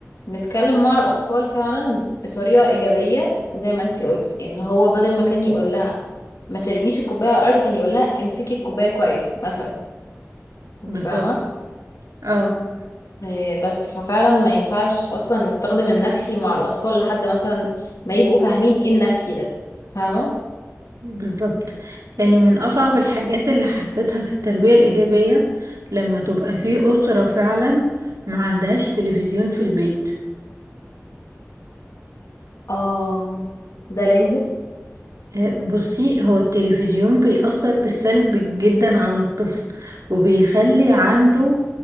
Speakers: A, on the left; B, on the right.
A: نتكلم مع الاطفال فعلا بطريقه ايجابيه زي ما انتي قلتي ان هو بدل ما كان يقول لها ما ترميش الكوبايه على الارض كان يقول لها امسكي الكوبايه كويس مثلا
B: بالظبط
A: انت فاهمه
B: اه
A: إيه، بس ففعلا ما ينفعش اصلا نستخدم النفي مع الاطفال لحد مثلا ما يبقوا فاهمين ايه النفي ده فاهمه
B: بالظبط يعني من أصعب الحاجات اللي حسيتها في التربية الإيجابية لما تبقى في أسرة فعلا ما عندهاش تلفزيون في البيت
A: اه ده لازم
B: آه، بصي هو التلفزيون بيأثر بالسلب جدا على الطفل وبيخلي عنده